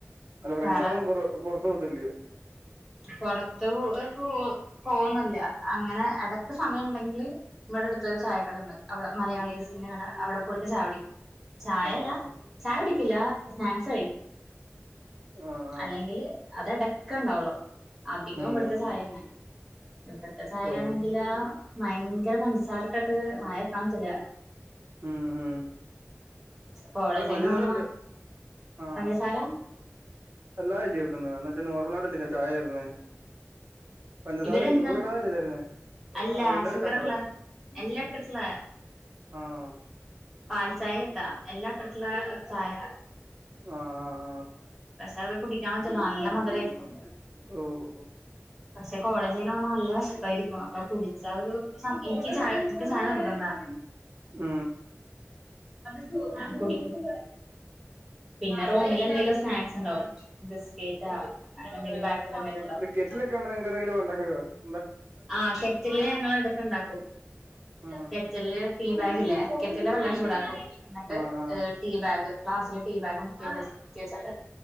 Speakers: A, on the right; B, in the centre.
A: അല്ല ഫ്രണ്ട്സ്
B: വേറെ
A: ആയിട്ട് ഒന്നും പുറത്ത് പോത്തില്ലിയോ
B: പുറത്ത് പോ പോകുന്നില്ല അങ്ങനെ ഇടക്ക് സമയം ഉണ്ടെങ്കില് ഇവിടെ അടുത്തൊരു ചായക്കട ഉണ്ട് അവിടെ മലയാളീസിന്റെ കട അവിടെ പോയിട്ട് ചായ കുടിക്കും ചായ
A: ആഹ്
B: അല്ല
A: ആഹ്
B: ചായ കുടിക്കില്ല സ്നാക്സ് കഴിക്കും
A: ഏഹ്
B: അല്ലെങ്കില് അത് ഇടക്കുണ്ടാവുള്ളൂ അധികവും
A: ഉം
B: ഇവിടുത്തെ ചായ തന്നെ ഇവിടുത്തെ ചായയാണെങ്കിലാ
A: ഓഹ്
B: ഭയങ്കര പഞ്ചസാര ഇട്ടട്ട് വായെക്കാ പറ്റൂല്ല
A: മം
B: കോളേജിന്ന്
A: അവിടെ പഞ്ചസാര
B: വന്ന
A: ഇട്ടിട്ട് ആഹ്
B: പഞ്ചസാര
A: അല്ലായില്ലിയോവെക്കന്ന് എന്ന് വെച്ചാ നോർമലായിട്ടല്ലെ ചായ തരുന്നെ
B: <unintelligible>
A: പഞ്ചസാര
B: ഇവരെന്താ
A: ഷുഗർ ഇടാതല്ലേ തരുന്നെ
B: അല്ല
A: വേണ്ടവര്
B: ഷുഗറുള്ള
A: ഇട്ടാപ്പോരെ
B: എല്ലാം ഇട്ടിട്ടുള്ള
A: ആഹ്
B: പാൽ ചായ കിട്ടാ എല്ലാം ഇട്ടിട്ടുള്ള ചായ
A: ആഹ്
B: പക്ഷെ അത് കുടിക്കാൻ പറ്റില്ല നല്ല മധുരം ആയിരിക്കും
A: ഓ ഓ
B: പക്ഷെ കോളേജിന്ന് വന്നാ നല്ല വിശപ്പായിരിക്കും അപ്പൊ കുടിച്ചാ ഒരു സം എനിക്ക് എനിക്ക് ചായ നിർബന്ധാ
A: മ്
B: <unintelligible> കുടി പിന്നെ റൂമിൽ എന്തെങ്കിലും സ്നാക്സ് ഉണ്ടാവും ബിസ്കറ്റാ അങ്ങനെ എന്തെങ്കിലും എന്തെങ്കിലും ഉണ്ടാവും
A: കെറ്റ്‌ലൊക്കെ ഉണ്ടെങ്കി എന്തെങ്കിലുംഒക്കെ ഉണ്ടാക്കാം
B: ആഹ ഗെറ്റലില് ഇടക്ക് ഇണ്ടാക്കും
A: ആഹ്
B: ഗെറ്റില് ടീ ബാഗ് ഇല്ലേ കേറ്റലിലെ വെള്ളം ചൂടാക്കും എന്നിട്ട്
A: ആഹ് ആഹ്
B: ടീ ബാഗ് ക്ലാസ്സിലെ ടീ ബാഗും മുക്കി വെച്ചിട്ട്